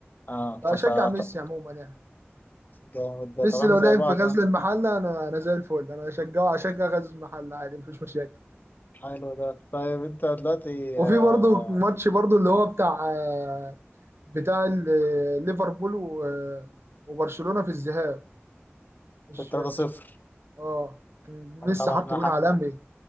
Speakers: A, on the left; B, on the right.
A: اه
B: اشجع
A: طب فا-
B: ميسي
A: ط-
B: عموما يعني
A: جامد ده
B: ميسي
A: طب احنا
B: لو
A: زي
B: لعب
A: بعض
B: في غزل
A: آه.
B: المحله انا انا زي الفل انا اشجعه اشجع غزل المحله عادي مفيش مشاكل
A: حلو ده طيب انت دلوقتي
B: وفي
A: آه،
B: برضه ماتش برضه اللي هو بتاع آه، بتاع ال- ليفربول و- وبرشلونه في الذهاب مش
A: في 3 0
B: اه كان
A: طبعا
B: ميسي حط
A: انا
B: جون
A: حق
B: عالمي